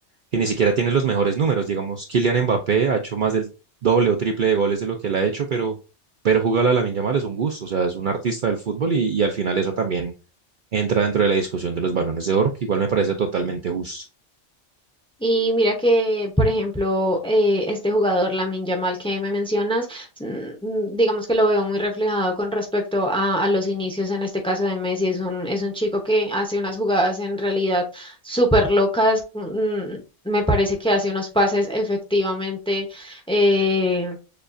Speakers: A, on the right; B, in the centre.
A: que ni siquiera tiene los mejores números. Digamos, Kylian Mbappé ha hecho más del doble o triple de goles de lo que él ha hecho, pero, pero jugar a Lamine mal es un gusto, o sea, es un artista del fútbol y, y al final eso también entra dentro de la discusión de los balones de oro, que igual me parece totalmente justo.
B: Y mira que, por ejemplo, eh, este jugador, Lamine Yamal, que me mencionas, mm, mm, digamos que lo veo muy reflejado con respecto a, a los inicios, en este caso de Messi. Es un, es un chico que hace unas jugadas en realidad súper locas. mm, Me parece que hace unos pases efectivamente eh,